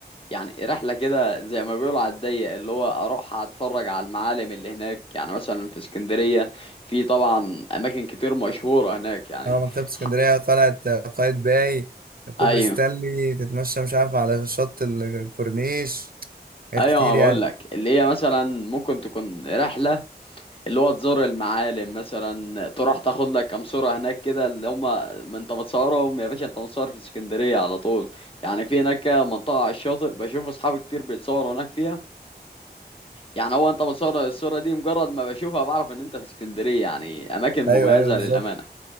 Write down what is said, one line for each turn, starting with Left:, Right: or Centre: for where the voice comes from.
Left: يعني رحله كده زي ما بيقولوا على الضيق اللي هو اروح اتفرج على المعالم اللي هناك يعني مثلا في اسكندريه في طبعا اماكن كتير مشهوره هناك يعني
Right: اه مكتبة اسكندرية
Left: ح-
Right: قلعة قايتباي كوبري
Left: ايوه
Right: ستانلي تتمشى مش عارف على شط ال- الكورنيش حاجات
Left: ايوه
Right: كتير
Left: ما بقول
Right: يعني
Left: لك اللي هي مثلا ممكن تكون رحله اللي هو تزور المعالم مثلا تروح تاخد لك كام صورة هناك كده اللي هما ما انت بتصورهم يا باشا انت متصور في اسكندرية على طول يعني في هناك منطقة على الشاطئ بشوف اصحابي كتير بيتصوروا هناك فيها يعني هو انت متصور الصورة دي مجرد ما بشوفها بعرف ان انت في اسكندرية يعني اماكن مميزة
Right: ايوه ايوه بالظبط
Left: للأمانة